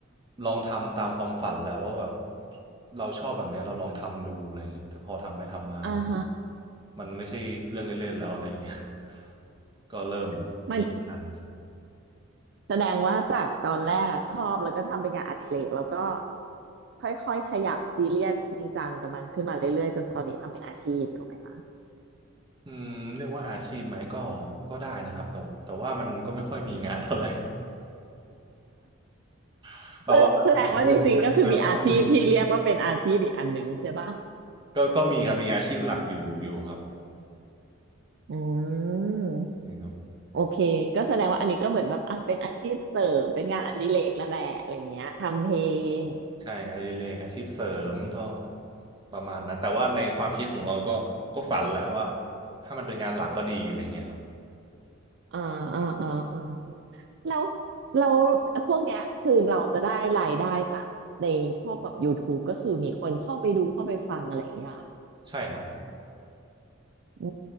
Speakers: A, on the right; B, on the right.
A: ลองทำตามความฝันแหละว่าแบบเราชอบแบบเนี้ยเราลองทำดูอะไรอย่างเงี้ยแต่พอทำไปทำมามัน
B: อ่าฮะ
A: มันไม่ใช่เรื่องเล่นๆแล้วอะไรอย่างเงี้ย <laughs> ก็เริ่มแบบมีงาน
B: มันแสดงว่าจากตอนแรกอะชอบแล้วก็ทำเป็นงานอดิเรกแล้วก็ค่อยๆขยับซีเรียสจริงจังกับมันขึ้นมาเรื่อยๆจนตอนนี้ทำเป็นอาชีพถูกไหมคะ
A: อืมเรียกว่าอาชีพไหมก็ก็ได้นะครับแต่แต่ว่ามันก็ไม่ค่อยมีงานเท่าไหร่ <laughs> แบบว่าสองเดือน
B: แสแสดงว่าจริงๆก็คือมีอาชีพที่เรียกว่าเป็นอาชีพอีกอันหนึ่งใช่ปะ
A: <laughs> เป็นงานครั้งหนึ่งก็ก็มีครับมีอาชีพหลักอยู่อยู่ครับ
B: อืม
A: ใช่ครับ
B: โอเคก็แสดงว่าอันนี้ก็เหมือนแบบอ่ะเป็นอาชีพเสริมเป็นงานอดิเรกแล้วแหละอะไรเงี้ยทำเพลง
A: ใช่งานอดิเรกอาชีพเสริมเท่าประมาณนั้นแต่ว่าในความคิดของเราก็ก็ฝันแหละว่าถ้ามันเป็นงานหลักก็ดีอะไรเงี้ยครับ
B: อ่าอ่าอ่าอ่าแล้วแล้วพวกเนี้ยคือเราจะได้รายได้จากในพวกแบบ YouTube ก็คือมีคนเข้าไปดูเข้าไปฟังอะไรอย่างเงี้ยเหรอ
A: ใช่ครับ
B: อื